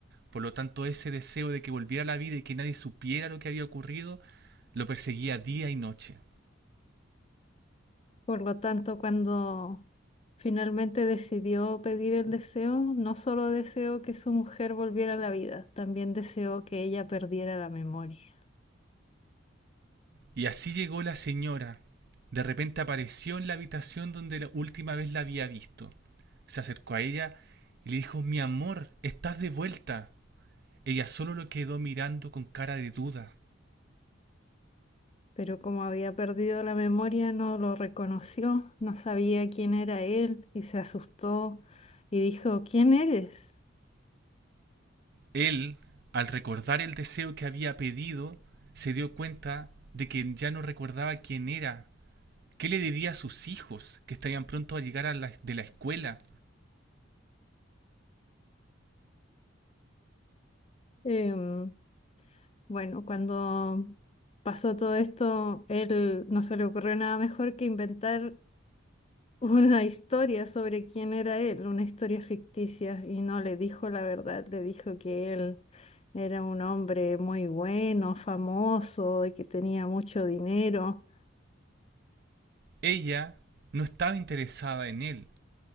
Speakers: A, on the right; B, on the left.
A: Por lo tanto, ese deseo de que volviera a la vida y que nadie supiera lo que había ocurrido, lo perseguía día y noche.
B: Por lo tanto, cuando finalmente decidió pedir el deseo, no solo deseó que su mujer volviera a la vida, también deseó que ella perdiera la memoria.
A: Y así llegó la señora. De repente apareció en la habitación donde la última vez la había visto. Se acercó a ella y le dijo, mi amor, estás de vuelta. Ella solo lo quedó mirando con cara de duda.
B: Pero como había perdido la memoria, no lo reconoció, no sabía quién era él y se asustó y dijo, ¿quién eres?
A: Él, al recordar el deseo que había pedido, se dio cuenta de que ya no recordaba quién era, qué le diría a sus hijos que estarían pronto a llegar a la- de la escuela.
B: Em, bueno, cuando pasó todo esto, él no se le ocurrió nada mejor que inventar una historia sobre quién era él, una historia ficticia, y no le dijo la verdad, le dijo que él era un hombre muy bueno, famoso y que tenía mucho dinero.
A: Ella no estaba interesada en él,